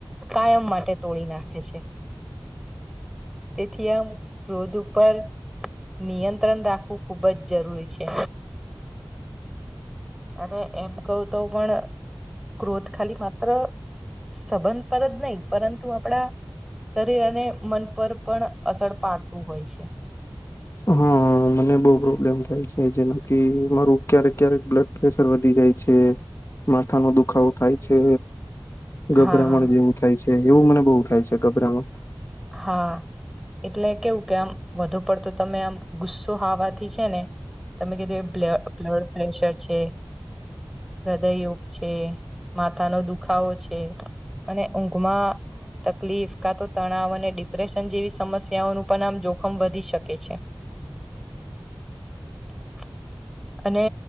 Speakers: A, in the centre; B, on the left.
A: કાયમ માટે તોડી નાખે છે. તેથી આમ ક્રોધ પર નિયંત્રણ રાખવું ખૂબ જ જરૂરી છે. અને એમ કહ્યું તો પણ ક્રોધ ખાલી માત્ર સંબંધ પર જ નહીં, પરંતુ આપણા શરીર અને મન પર પણ અસર પાડતું હોય છે.
B: હા મને બહું પ્રોબ્લેમ થાય છે. જેનાથી મારું ક્યારેક-ક્યારેક બ્લડ પ્રેશર વધી જાય છે, માથાનો દુખાવો થાય છે ગભરામણ
A: હા
B: જેવું થાય છે એવું મને બહુ થાય છે ગભરામણ.
A: હા. એટલે કેવું કે આમ વધુ પડતો તમે આમ ગુસ્સો હાવાથી છે ને તમે કીધું એ બ્લડ બ્લડ પ્રેશર છે હૃદયયોગ છે, માથાનો દુખાવો છે, અને ઊંઘમાં તકલીફ કા તો તણાવ અને ડિપ્રેશન જેવી સમસ્યાઓનું પણ આમ જોખમ વધી શકે છે. <inaudible> અને